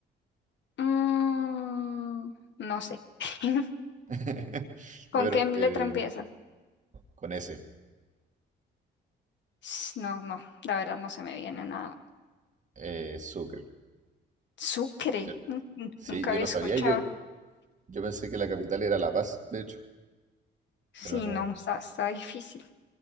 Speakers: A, on the left; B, on the right.
A: Mm, no sé. <laughs>
B: <laughs>
A: ¿Con
B: Ya, pero
A: qué letra
B: eh,
A: empieza?
B: con ese,
A: S- No, no, la verdad no se me viene nada.
B: eh, Sucre.
A: Sucre.
B: Yo-
A: Mm, mm,
B: sí,
A: Nunca
B: yo
A: había
B: no
A: escuchado.
B: sabía, yo, yo pensé que la capital era La Paz, de hecho,
A: Sí,
B: pero no.
A: no, está, está difícil.